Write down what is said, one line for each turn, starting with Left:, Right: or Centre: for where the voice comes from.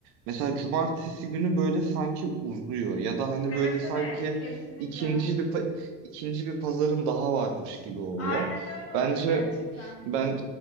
Right: mesela Cumartesi günü böyle sanki uzuyor ya da hani
Left: Evet
Right: böyle sanki
Left: evet kesinlikle.
Right: ikinci bir pa- ikinci bir pazarın daha varmış gibi oluyor.
Left: Aynen öyle oluyor
Right: Bence
Left: gerçekten.
Right: ben